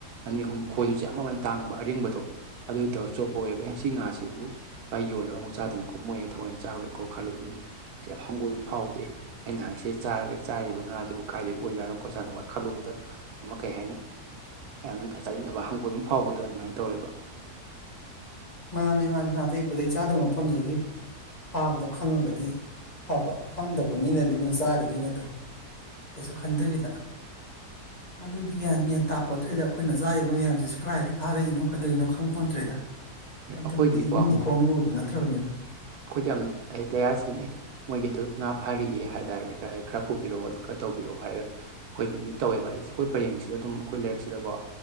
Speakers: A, on the right (about 70°); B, on the left (about 30°).
A: ꯑꯅꯤ ꯑꯍꯨꯝ ꯈꯣꯏꯗꯨ ꯆꯞ ꯃꯃꯜ ꯇꯥꯡꯕ ꯑꯔꯤꯡꯕꯗꯣ ꯑꯗꯨꯏ ꯇꯧꯔ ꯆꯣꯞꯄ ꯑꯣꯏꯦꯕ ꯑꯩꯅ ꯁꯤ ꯉꯥꯁꯤꯕꯨ ꯚꯥꯏ ꯌꯣꯜꯂꯒ ꯑꯃꯨꯛ ꯆꯥꯗꯣꯏꯅꯤꯀꯣ ꯃꯣꯏ ꯊꯋꯣꯏꯅ ꯆꯥꯔꯔꯣꯏꯀꯣ ꯈꯜꯂꯨꯕꯗ ꯑꯗꯨꯝ ꯌꯥꯝ ꯍꯪꯒꯣꯏꯕ ꯐꯥꯎꯕꯗꯦ ꯑꯩ ꯅꯍꯥꯟꯁꯤ ꯆꯥꯔꯒ ꯆꯥꯔꯤꯕ ꯉꯥꯗꯨꯕꯨ ꯀꯥꯏꯗꯒꯤ ꯑꯣꯏꯖꯥꯠꯅꯣ ꯈꯣꯠꯖꯥꯅꯣ ꯈꯜꯂꯨꯕꯗ ꯑꯃ ꯀꯩ ꯍꯥꯏꯅꯤ ꯌꯥꯝ ꯑꯆꯥꯅꯤꯡꯗꯕ ꯍꯪꯒꯣꯏꯕ ꯐꯥꯎꯕꯗꯣ ꯑꯗꯨꯃꯥꯏꯅ ꯇꯧꯋꯦꯕ
B: ꯃꯥꯅꯦ ꯃꯥꯅꯦ ꯅꯥꯇꯩ ꯄꯗꯩ ꯆꯥꯗꯕ ꯃꯐꯝꯗꯒꯤ ꯐꯥꯕꯗꯣ ꯈꯪꯉꯒꯗꯤ ꯐꯕ ꯈꯪꯗꯕ ꯃꯤꯅꯗꯤ ꯑꯗꯨꯝ ꯆꯥꯒꯤꯗꯣꯏꯅꯤ ꯑꯗꯣ ꯀꯩꯁꯨ ꯈꯟꯗꯕꯤꯗ ꯃꯗꯨꯗꯤ ꯒ꯭ꯌꯥꯟ ꯃꯦꯟ ꯇꯥꯄꫭꯟꯇꫪꯦꯗ ꯑꯩꯈꯣꯏꯅ ꯆꯥꯔꯤꯕ ꯃꯌꯥꯝꯖꯤꯁꯨ ꯀꯗꯥꯏꯗꯒꯤ ꯐꯥꯔꯛꯏꯅꯣ ꯀꯩꯗꯧꯅꯣ ꯈꯪꯄꫭꯟꯇ꯭ꫪꯦꯗ
A: ꯑꯩꯈꯣꯏꯗꯤꯀꯣ
B: ꯑꯗꯨꯕꯨꯗꯤ ꯏꯃꯤꯠꯅꯥ ꯏꯈꯣꯡꯅ ꯎꯔꯨꯕ ꯅꯠꯇ꯭ꯔꯕꯅꯤꯅ
A: ꯑꯩꯈꫭꯏꯗꯤ ꯌꯥꯝ ꯂꯌꯥꯁꯦꯝꯃꯤ ꯃꯣꯏꯒꯤꯗꯨ ꯉꯥ ꯐꯥꯔꯤꯌꯦ ꯍꯥꯏꯔꯛꯑꯗꯤ ꯈꯔ ꯄꯨꯕꯤꯔꯛꯑꯣ ꯑꯗꯨ ꯈꯔ ꯇꯧꯕꯤꯔꯛꯑꯣ ꯍꯥꯏꯔꯒ ꯑꯩꯈꯣꯏꯗꯤ ꯑꯗꯨꯝ ꯇꯧꯋꯦꯕ ꯑꯩꯁꯦ ꯑꯩꯈꯣꯏ ꯄꯔꯦꯡꯁꯤꯗ ꯑꯗꯨꯝ ꯑꯩꯈꯣꯏ ꯂꯩꯔꯛꯁꯤꯗꯀꯣ